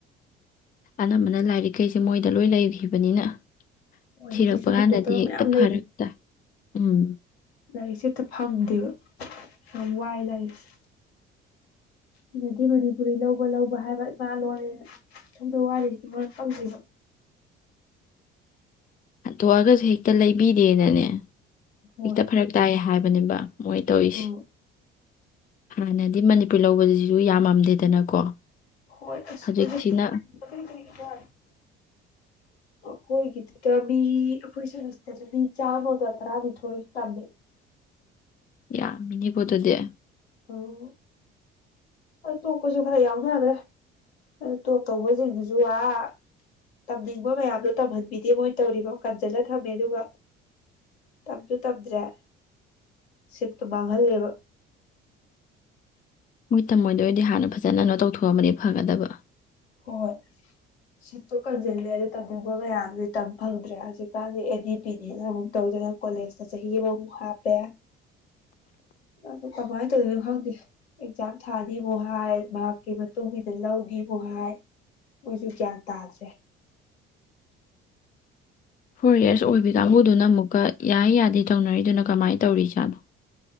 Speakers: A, on the left; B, on the left.
A: ꯑꯅꯝꯕꯅ ꯂꯥꯏꯔꯤꯛꯈꯩꯁꯦ ꯃꯣꯏꯗ ꯂꯣꯏ ꯂꯩꯈꯤꯕꯅꯤꯅ
B: ꯍꯣꯏ
A: ꯊꯤꯔꯛꯄ
B: ꯍꯧꯖꯤꯛꯁꯨ ꯍꯟꯇꯣꯛꯇꯕ
A: ꯀꯥꯟꯗꯗꯤ ꯍꯦꯛꯇ
B: ꯃꯌꯥꯝ ꯂꯩ
A: ꯐꯔꯛ ꯇꯥꯏ꯫ ꯎꯝ
B: ꯂꯥꯏꯔꯤꯛꯁꯦ ꯍꯦꯛꯇ ꯐꯪꯗꯦꯕ ꯌꯥꯝ ꯋꯥꯏ ꯂꯥꯏꯔꯤꯛꯁꯦ ꯃꯤꯅꯗꯤ ꯃꯅꯤꯄꯨꯔꯤ ꯂꯧꯕ ꯂꯧꯕ ꯍꯥꯏꯕ ꯏꯃꯥ ꯂꯣꯟꯅꯦꯅ ꯁꯣꯝꯗ ꯋꯥꯔꯤꯁꯤꯗꯤ ꯃꯣꯏꯅ ꯈꯪꯗꯩꯕ꯫
A: ꯍꯟꯇꯣꯛꯑꯒꯁꯨ ꯍꯦꯛꯇ ꯂꯩꯕꯤꯗꯦꯅꯅꯦ
B: ꯍꯣꯏ
A: ꯍꯦꯛꯇ ꯐꯔꯛ ꯇꯥꯏꯌꯦ ꯍꯥꯏꯕ꯫ ꯕꯅꯦꯕ ꯃꯣꯏ ꯇꯧꯋꯤꯁꯤ
B: ꯑ
A: ꯍꯥꯟꯅꯗꯤ ꯃꯅꯤꯄꯨꯔ ꯂꯧꯕꯖꯤꯖꯨ ꯌꯥꯝꯃꯝꯗꯦꯗꯅꯀꯣ?
B: ꯍꯣꯏ ꯑꯁ
A: ꯍꯧꯖꯤꯛꯁꯤꯅ
B: ꯍꯧꯖꯤꯛꯇꯤ ꯀꯥꯏꯗꯩ ꯀꯔꯤꯛ ꯀꯔꯤꯛ ꯑꯈꯣꯏꯒꯤꯗꯨꯗ ꯃꯤ ꯑꯈꯣꯏ ꯁꯦꯃꯤꯁꯇꯔꯗ ꯃꯤ ꯆꯥꯝꯃꯒ ꯇꯔꯥꯅꯤꯊꯣꯏ ꯇꯝꯃꯦ꯫
A: ꯌꯥꯃꯤꯅꯦꯀꯣ ꯑꯗꯨꯗꯤ꯫
B: ꯑꯣ ꯍꯣꯏ ꯇꯣꯛꯄꯖꯨ ꯈꯔ ꯌꯥꯎꯅꯒꯔꯦ ꯑꯗꯣ ꯇꯣꯛ ꯇꯧꯕꯖꯤꯡꯗꯨꯖꯨ ꯑꯥ ꯇꯝꯅꯤꯡꯕ ꯃꯌꯥꯝꯗꯣ ꯇꯝꯍꯟꯕꯤꯗꯦ ꯃꯣꯏ ꯇꯧꯔꯤꯕ ꯀꯟꯖꯤꯜꯂ ꯊꯝꯃꯦ ꯑꯗꯨꯒ ꯇꯝꯖꯨ ꯇꯝꯗ꯭ꯔꯦ ꯁꯤꯠꯇꯨ ꯃꯥꯡꯍꯜꯂꯦꯕ꯫
A: ꯃꯣꯏ ꯇꯝꯃꯣꯏꯗꯣꯏ ꯑꯣꯏꯗꯤ ꯍꯥꯟꯅ ꯐꯖꯅ ꯀꯩꯅꯣ ꯇꯧꯊꯣꯛꯑꯝꯃꯗꯤ ꯐꯒꯗꯕ꯫
B: ꯍꯣꯏ ꯁꯤꯠꯇꯨ ꯀꯟꯖꯤꯜꯂꯦ ꯑꯗꯨ ꯇꯝꯅꯤꯡꯕ ꯃꯌꯥꯝꯗꯨꯗꯤ ꯇꯝ ꯐꯪꯗ꯭ꯔꯦ ꯍꯧꯖꯤꯛꯀꯥꯟꯗꯤ ꯑꯦꯟ ꯏ ꯄꯤꯅꯤꯅ ꯑꯃꯨꯛ ꯇꯧꯗꯅ ꯀꯣꯂꯦꯖꯇ ꯆꯍꯤ ꯑꯃꯃꯨꯛ ꯍꯥꯞꯄꯦ ꯑꯗꯨ ꯀꯃꯥꯏꯅ ꯇꯧꯗꯣꯏꯅꯣ ꯈꯪꯗꯦ ꯑꯦꯛꯖꯥꯝ ꯊꯥꯅꯤꯃꯨꯛ ꯍꯥꯏ ꯃꯥꯔꯛꯀꯤ ꯃꯇꯨꯡ ꯏꯟꯅ ꯂꯧꯅꯤꯃꯨꯛ ꯍꯥꯏ ꯃꯣꯏꯖꯨ ꯒ꯭ꯌꯥꯟ ꯇꯥꯗ꯭ꯔꯦ꯫
A: ꯐꯣꯔ ꯏꯌꯔꯁ ꯑꯣꯏꯕꯤ ꯀꯥꯡꯕꯨꯗꯨꯅ ꯑꯃꯨꯛꯀ ꯌꯥꯏ ꯌꯥꯗꯦ ꯇꯧꯅꯔꯤꯗꯨꯅ ꯀꯃꯥꯏꯅ ꯇꯧꯔꯤꯖꯥꯠꯅꯣ?